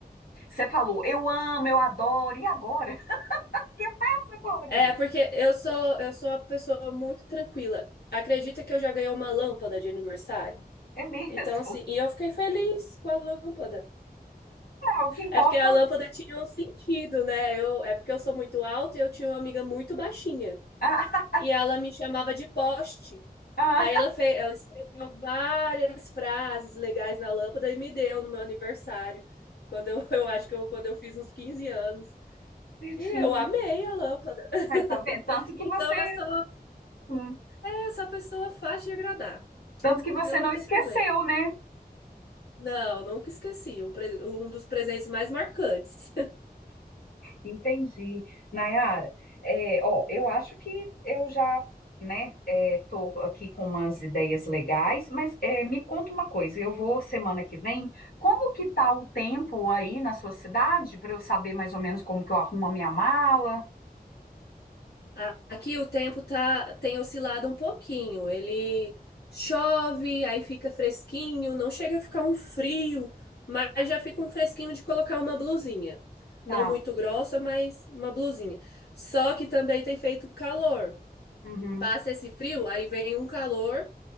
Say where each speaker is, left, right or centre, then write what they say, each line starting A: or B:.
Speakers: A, on the left; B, on the left.
A: você falou, eu amo, eu adoro, e agora? <laughs> O que eu faço? Eu
B: É,
A: "Gente,
B: porque eu sou eu sou uma pessoa muito tranquila. Acredita que eu já ganhei uma lâmpada de aniversário?
A: É mesmo?
B: Então, assim,
A: <laughs>
B: e eu fiquei feliz com a lâmpada.
A: É, o que importa.
B: É porque a lâmpada tinha um sentido, né? Eu, é porque eu sou muito alta e eu tinha uma amiga muito baixinha.
A: Ah,
B: e ela me chamava de poste.
A: ah,
B: Aí ela fez, ela escreveu várias frases legais na lâmpada e me deu no meu aniversário, quando eu, <laughs> eu acho que eu, quando eu fiz uns 15 anos.
A: bonitinho.
B: E eu amei a lâmpada. <laughs>
A: Aí, tá vendo? Tanto que
B: Então
A: você,
B: é só,
A: hum,
B: é só pessoa fácil de agradar.
A: tanto que você
B: Não
A: não
B: tem
A: esqueceu,
B: problema.
A: né?
B: Não, nunca esqueci. Um, pre- um dos presentes mais marcantes.
A: Entendi. Nayara, é, ó, eu acho que eu já, né, é, tô aqui com umas ideias legais, mas é, me conta uma coisa, eu vou semana que vem, como que tá o tempo aí na sua cidade, para eu saber mais ou menos como que eu arrumo a minha mala?
B: A- Aqui o tempo tá, tem oscilado um pouquinho. Ele chove, aí fica fresquinho, não chega a ficar um frio, mas já fica um fresquinho de colocar uma blusinha.
A: Tá.
B: Não muito grossa, mas uma blusinha. Só que também tem feito calor.
A: Uhum.
B: Passa esse frio, aí vem um calor